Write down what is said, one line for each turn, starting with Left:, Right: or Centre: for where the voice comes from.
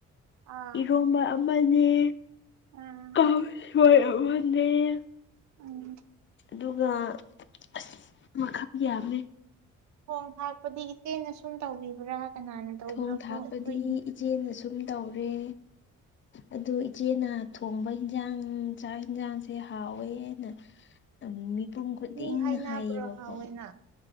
Right: ꯑꯥ
Left: ꯏꯔꯣꯝꯕ ꯑꯃꯅ‌ꯦ
Right: ꯎꯝ
Left: ꯀꯥꯡꯁꯣꯏ ꯑꯃꯅ‌ꯦ
Right: ꯎ
Left: ꯑꯗꯨꯒ ꯑꯁ ꯃꯈꯜ ꯌꯥꯝꯃꯦ
Right: ꯈꯣꯡ ꯊꯥꯛꯄꯗꯤ ꯏꯆꯦꯅ ꯁꯨꯝ ꯇꯧꯕꯤꯕ꯭ꯔꯥ ꯀꯅꯥꯅ ꯇꯧꯕ꯭ꯔꯥꯀꯣ
Left: ꯊꯣꯡ ꯊꯥꯛꯄꯗꯤ
Right: ꯑꯩꯈꯣꯏ
Left: ꯏꯆꯦꯅ ꯁꯨꯝ ꯇꯧꯔꯦ ꯑꯗꯨ ꯏꯆꯦꯅ ꯊꯣꯡꯕ ꯏꯟꯁꯥꯡ ꯆꯥꯛ ꯌꯦꯟꯁꯥꯡꯁꯦ ꯍꯥꯎꯋꯦꯅ
Right: <inaudible>
Left: ꯃꯤꯄꯨꯝ ꯈꯨꯗꯤꯡꯅ
Right: ꯃꯤ ꯍꯥꯏꯅꯕ꯭ꯔꯣ
Left: ꯍꯥꯏꯌꯦꯕꯀꯣ
Right: ꯍꯥꯎꯋꯦꯅ